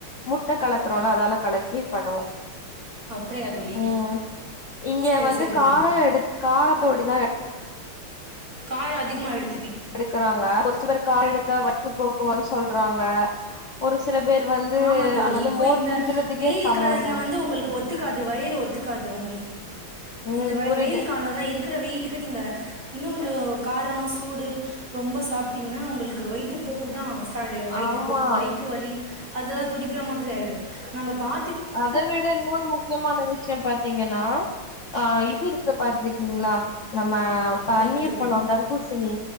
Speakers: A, on the left (about 60°); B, on the right (about 40°).
A: முட்டை கலக்கறோம்னா அதெல்லாம் கலக்கி பண்ணுவோம்
B: அப்டியா தோழி.
A: உம் இங்க
B: சரி,
A: வந்து
B: சரி
A: கார
B: தோழி.
A: எடுத்த தோடி தான்
B: காரம் அதிகம் ஆயிடுது
A: எடுக்கறாங்க ஒரு சிலர் கார் எடுத்தா வச்சு போ போன்னு சொல்றாங்க ஒரு சில பேர் வந்து
B: ஆமா தோழி
A: அது வந்து
B: இப்போ
A: மோர்
B: இந்த
A: குடிக்கிறதுக்கே
B: வெயில்
A: சமோ
B: காலத்துல
A: இல்ல
B: வந்து உங்களுக்கு ஒத்துக்காது வயிறு ஒத்துக்காது உங்களுக்கு
A: ம்
B: இந்த
A: புரியுது
B: வெயில் காலம் இருக்கு இருக்கிற வெயிலுக்கு நீங்க இன்னும் கொஞ்ச காரம் சூடு ரொம்ப சாப்பிட்டீங்கன்னா உங்களுக்கு வயித்து போக்கு தான் வய்த்து
A: ஆமா
B: போக்கு வயித்து வலி அதெல்லாம் துடிக்கிற மாதிரி ஆயிடும் நம்ம பா
A: அத விட இன்னொன்னு முக்கியமான விஷயோ பாத்தீங்கன்னா ஆ இது இருக்கு பாத்திருக்கீங்களா மா தண்ணீர்
B: என்ன தோழி
A: பழோ தர்பூசணி